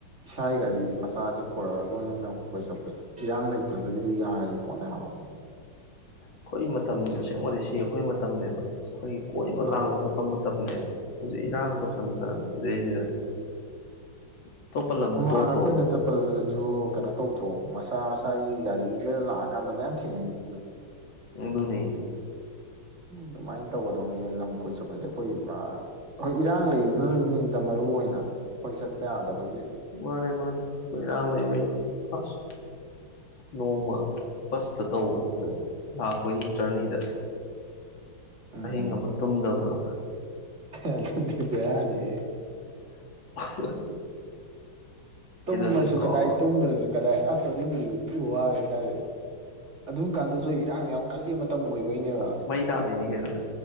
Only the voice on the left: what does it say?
ꯑꯩꯈꯣꯏ ꯃꯇꯝ ꯑꯁꯦꯡꯕꯗꯤ ꯁꯤ ꯑꯩꯈꯣꯏ ꯃꯇꯝꯅꯤꯅꯦꯕ ꯑꯩꯈꯣꯏꯒꯤ ꯀꯣꯏꯕ
ꯂꯥꯡꯕ ꯆꯠꯄ ꯃꯇꯝꯅꯦꯕ ꯍꯧꯖꯤꯛ ꯏꯔꯥꯡ ꯇꯧꯁꯟꯗꯅ ꯃꯁꯤꯗꯩꯁꯤꯗ ꯑꯇꯣꯞꯄ ꯂꯝ
ꯇꯣꯛꯈ꯭ꯔꯣ
ꯎꯝ ꯑꯗꯨꯅꯤ
ꯃꯥꯅꯦ ꯃꯥꯅꯦ ꯏꯔꯥꯡ ꯂꯩꯕꯩꯅꯤ ꯑꯁ ꯅꯣꯡꯃ ꯕꯁꯇ ꯇꯧꯕꯗꯣ ꯑꯩꯈꯣꯏꯅ ꯂꯥꯛꯄ ꯖꯔꯅꯤꯗ
ꯑꯍꯤꯡꯑꯃ ꯇꯨꯝꯗꯕꯗ‌ꯣ
<unintelligible>
ꯑꯗꯨꯝ ꯀꯥꯎꯔ
ꯑꯁ ꯃꯩ ꯇꯥꯕꯤꯅꯤ ꯀꯩꯅꯣ